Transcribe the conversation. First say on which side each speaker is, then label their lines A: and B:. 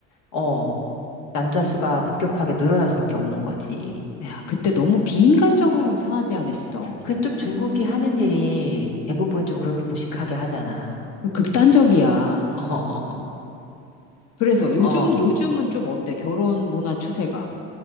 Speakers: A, on the left; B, on the left.
A: 어, 남자 수가 급격하게 늘어날 수밖에 없는 거지.
B: 야, 그때 너무 비인간적으로 산하 제한했어.
A: 그 좀 중국이 하는 일이 대부분 좀 그렇게 무식하게 하잖아.
B: 극단적이야.
A: <laughs>
B: 그래서 요즘,
A: 어, 어.
B: 요즘은 좀 어때? 결혼 문화 추세가.